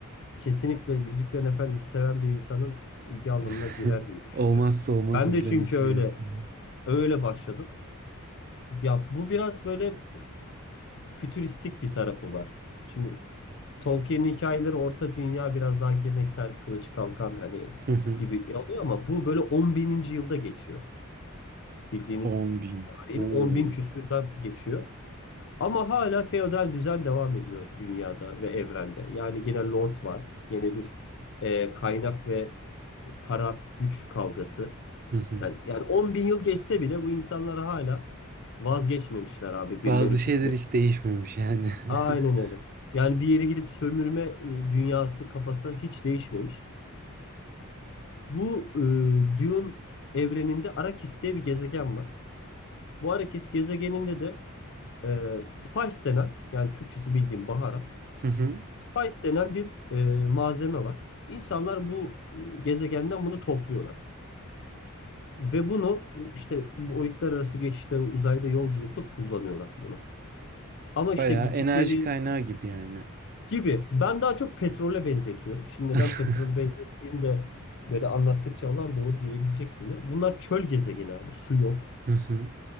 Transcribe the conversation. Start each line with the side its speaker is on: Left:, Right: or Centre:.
Left: Kesinlikle Yüzüklerin Efendisi seven bir insanın ilgi alanına
Right: <laughs>
Left: girer diye düşünüyorum.
Right: Olmazsa olmaz
Left: Ben
Right: izlemesi
Left: de çünkü öyle
Right: gerekenler.
Left: öyle başladım. Ya bu biraz böyle fütüristik bir tarafı var. Şimdi Tolkien'in hikayeleri Orta Dünya biraz daha geleneksel kılıç kalkan hani
Right: Hı hı.
Left: gibi oluyor ama bu böyle 10 bininci yılda geçiyor. Bildiğimiz
Right: 10 bin.
Left: tarihin
Right: Oo.
Left: 10 bin küsürde geçiyor. Ama hala feodal düzen devam ediyor dünyada ve evrende. Yani gene lord var. Gene bir e, kaynak ve para güç kavgası.
Right: Hı hı.
Left: Yani, yani 10 bin yıl geçse bile bu insanlar hala vazgeçmemişler abi birilerinin
Right: Bazı şeyler
Left: hükmü
Right: hiç değişmemiş yani.
Left: Aynen
Right: <laughs>
Left: öyle. Yani bir yere gidip sömürme e, dünyası kafası hiç değişmemiş. Bu e, Dune evreninde Arakis diye bir gezegen var. Bu Arakis gezegeninde de e, spice denen yani Türkçesi bildiğim baharat.
Right: Hı hı.
Left: Spice denen bir e, malzeme var. İnsanlar bu e, gezegenden bunu topluyorlar. Ve bunu işte boyutlar arası geçişte uzayda yolculukta kullanıyorlar bunu. Ama işte
Right: Bayağı
Left: gittikleri
Right: enerji kaynağı gibi yani.
Left: gibi. Ben daha çok petrole benzetiyorum. Şimdi
Right: <laughs>
Left: neden petrol benzettiğimde böyle anlattıkça alan doğru diyebileceksindir. Bunlar çöl gezegeni abi. Su yok.
Right: Hı hı.